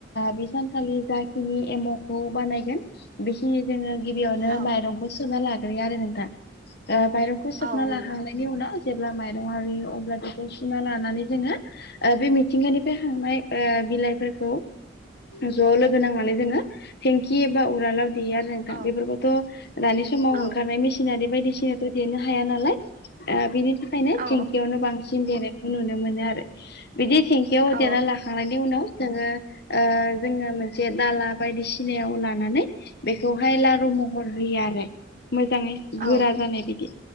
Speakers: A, on the left; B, on the right.
A: बे सानखालि जाखिनि एमाव'खौ बानायगोन बेखिनि जोङो गिबियावनो
B: औ
A: माइरंखौ सोबना लाग्रोयो आरो नोंथां माइरंखौ सोबना
B: औ नंगौ
A: लाखांनायनि उनाव जेब्ला माइरं आ रुयो अब्ला बेखौ सुना लानानै जोङो बे मिथिंगानिफ्राय खांनाय बिलाइफोरखौ ज' लोगो नांनानै जोङो हेंखि एबा नोंथ
B: औ
A: बेफोरखौथ दानि समाव
B: औ औ
A: ओंखारनाय मेसिन आरि बायदिसिनाथ' देनो हाया नालाय बिनि थाखायनो
B: औ
A: थेंखियावनो बांसिन सिन देनायखौ नुनो मोनो आरो। बिदि थेंखियाव
B: औ
A: देना लाखांनायनि उनाव जोङो जोङो मोनसे से दाला बायदिसिनायाव लानानै बेखौहाय लारु महर होयो आरो। मोजाङै
B: औ
A: गोरा जानाय बिदि